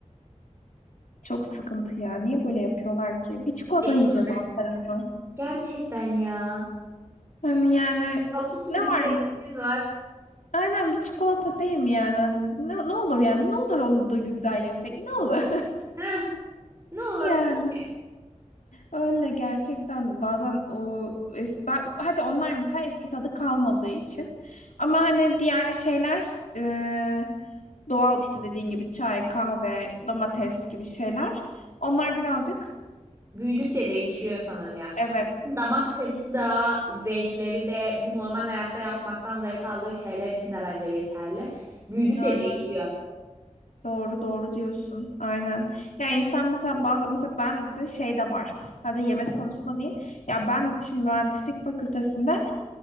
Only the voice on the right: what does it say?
Ekonomi.
Gerçekten ya.
Alt üstü
bir
zevkimiz
var.
Heh, ne olabilir
ki?
Büyüdükçe değişiyor sanırım ya.
Damak tadı da, zevkleri de bu normal hayatta yapmaktan zevk aldığı şeyler için de bence geçerli. Büyüdükçe
değişiyor.